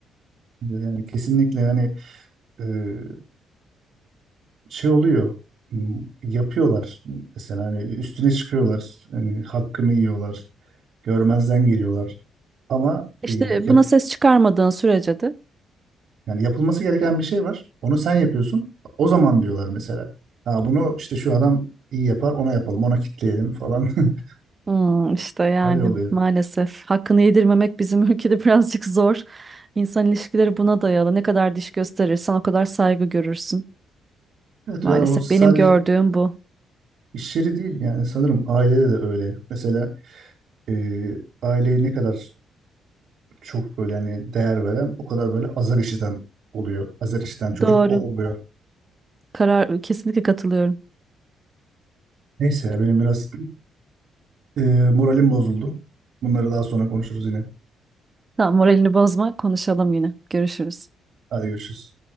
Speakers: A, on the right; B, on the right.
A: yani kesinlikle hani eee, şey oluyor m, yapıyorlar mesela hani üstüne çıkıyorlar hani hakkını yiyorlar Görmezden geliyorlar. Ama
B: İşte
A: e, yap,
B: buna ses çıkarmadığın sürece de
A: yani yapılması gereken bir şey var. Onu sen yapıyorsun. O zaman diyorlar mesela. Ha bunu işte şu adam iyi yapar, ona yapalım, ona kitleyelim falan. <laughs>
B: Hmm, işte yani
A: Öyle oluyor.
B: maalesef hakkını yedirmemek bizim <laughs> ülkede birazcık zor. İnsan ilişkileri buna dayalı. Ne kadar diş gösterirsen o kadar saygı görürsün.
A: Evet
B: Maalesef
A: yani o sadece
B: benim gördüğüm bu.
A: iş yeri değil yani sanırım ailede de öyle. Mesela e, aileyi ne kadar çok böyle hani değer veren o kadar böyle azar işiten oluyor. Azar işiten çocuk
B: Doğru.
A: o oluyor.
B: Karar kesinlikle katılıyorum.
A: Neyse ya benim biraz e, moralim bozuldu. Bunları daha sonra konuşuruz yine.
B: Tamam, moralini bozma. Konuşalım yine. Görüşürüz.
A: Hadi görüşürüz.